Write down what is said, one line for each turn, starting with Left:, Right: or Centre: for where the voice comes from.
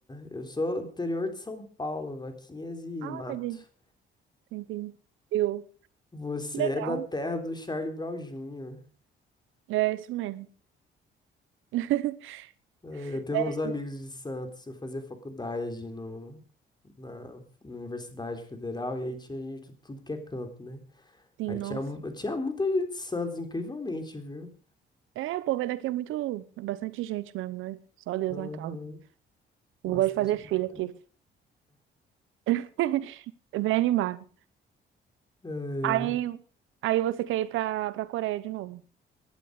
Left: Eu sou do interior de São Paulo, Vaquinhas e
Right: Ah,
Left: Mato.
Right: tá de... tá Entendi. Eu.
Left: Você
Right: Legal.
Left: é da terra do Charlie Brown Jr.
Right: É isso mesmo. <laughs>
Left: É, Eu tenho
Right: É,
Left: uns amigos de Santos. Eu fazia faculdade no, na, na Universidade Federal e aí tinha gente de tudo que é canto, né?
Right: sim,
Left: Aí tinha,
Right: nossa.
Left: mu- tinha muita gente de Santos, incrivelmente, viu?
Right: É, o povo é daqui é muito... É bastante gente mesmo, né? Só Deus
Left: Aham,
Right: na casa.
Left: Bastante
Right: Eu gosto de fazer filha
Left: galera.
Right: aqui. <laughs> Bem animado.
Left: Ai,
Right: Aí,
Left: ai.
Right: aí você quer ir pra, pra Coreia de novo.